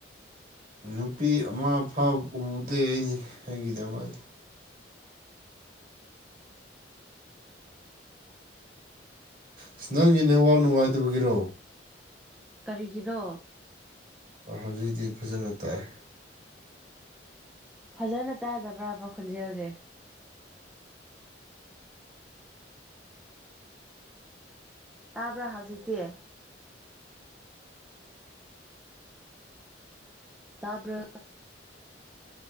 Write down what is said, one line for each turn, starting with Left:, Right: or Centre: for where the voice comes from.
Right: ꯅꯨꯄꯤ ꯑꯃ ꯐꯥꯎ ꯎꯗꯦꯅꯤ ꯑꯩꯒꯤꯗꯃꯛꯇ ꯏꯁ ꯅꯪꯒꯤ ꯅꯦꯠ ꯋꯥꯛ ꯅꯨꯉꯥꯏꯇꯕꯒꯤꯔꯣ
Centre: ꯀꯔꯤꯒꯤꯔꯣ
Right: ꯍꯧꯖꯤꯛꯇꯛꯇꯤ ꯐꯖꯅ ꯇꯥꯛꯑꯦ
Centre: ꯐꯖꯅ ꯇꯥꯗꯕ꯭ꯔꯕ ꯈꯣꯟꯖꯦꯜꯁꯦ ꯇꯥꯕ꯭ꯔꯥ ꯍꯧꯖꯤꯛꯇꯤ ꯇꯥꯕ꯭ꯔꯣ